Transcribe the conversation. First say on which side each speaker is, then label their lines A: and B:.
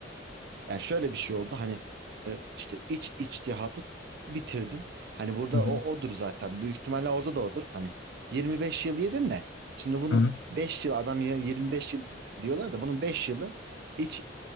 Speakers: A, on the right; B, on the left.
A: Yani şöyle bir şey oldu hani e, işte iç içtihatı bitirdim. Hani burada
B: Hı hı.
A: o odur zaten. Büyük ihtimalle orada da odur. Hani 25 yıl yedin de şimdi bunun
B: Hı hı.
A: 5 yıl adam ya 25 yıl diyorlar da bunun 5 yılı iç